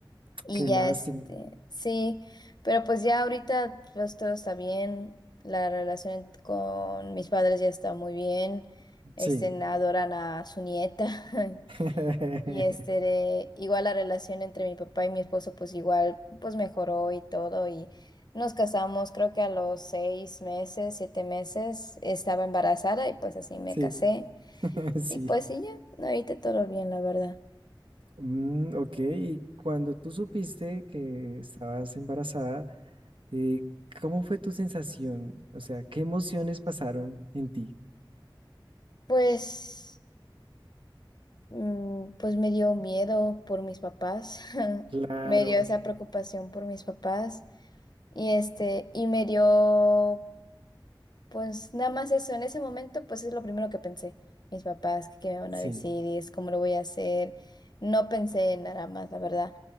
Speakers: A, on the left; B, on the right.
A: Y
B: qué
A: ya
B: lástima.
A: este, sí, pero pues ya ahorita pues todo está bien, la relación en- con mis padres ya está muy bien, este,
B: Sí.
A: adoran a su nieta <laughs>
B: <laughs>
A: y este, de- igual la relación entre mi papá y mi esposo pues igual pues mejoró y todo y nos casamos creo que a los seis meses, siete meses estaba embarazada y pues así me
B: Sí,
A: casé
B: <laughs> sí.
A: y pues sí ya, ahorita todo bien la verdad.
B: Mm, ok, y cuando tú supiste que estabas embarazada, eh, ¿cómo fue tu sensación? O sea, ¿qué emociones pasaron en ti?
A: Pues... Mm, Pues me dio miedo por mis papás, <laughs>
B: Claro,
A: me dio esa preocupación por mis papás y este, y me dio, pues nada más eso, en ese momento pues es lo primero que pensé, mis papás, qué qué me van
B: sí.
A: a decir y es cómo lo voy a hacer, no pensé en nada más, la verdad.